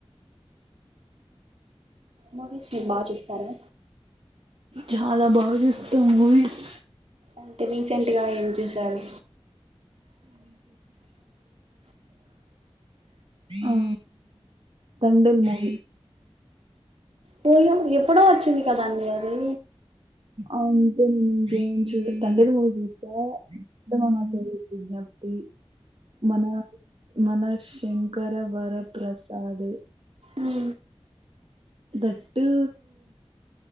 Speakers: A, on the right; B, on the right.
A: మూవీస్ మీ బా చూస్తారా
B: చాలా బాగా చూస్తాం మూవీస్
A: అంటే రీసెంట్గా ఏం చూశారు
B: ఆ తండెల్ ము
A: పోయం ఎప్పుడో వచ్చంది కదండి అది
B: అంతేే <inaudible> చూడ తండెల్ మూవీ చూసా అంటే మనాశయ విజ్ఞప్తి మన మన శం కరవర ప్రసాద్
A: మ్
B: దట్టు